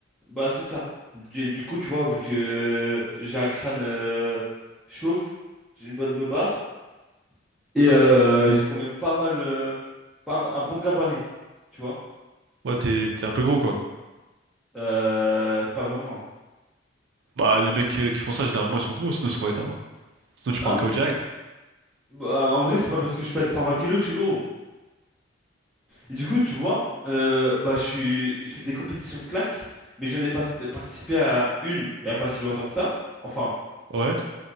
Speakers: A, in the centre; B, on the right (about 65°).
A: Bah, c'est ça. Du, du coup, tu vois, vu que j'ai un crâne euh, chauve, j'ai une bonne beubare. Et euh, j'ai quand même pas mal. euh, pas un un bon gabarit. Tu vois?
B: Ouais, t'es t'es un peu gros quoi.
A: Euh, pas vraiment.
B: Bah, les mecs euh, qui font ça, généralement, ils sont gros, sinon ils se font éteindre. Sinon, tu prends
A: Hein?
B: un KO direct.
A: Bah, en vrai, c'est pas parce que je pèse 120 kilos que je suis gros. Et du coup, tu vois, euh, bah, je suis, je fais des compétitions de claques, mais je n'ai pas participé à une il n'y a pas si longtemps que ça. Enfin,
B: Ouais,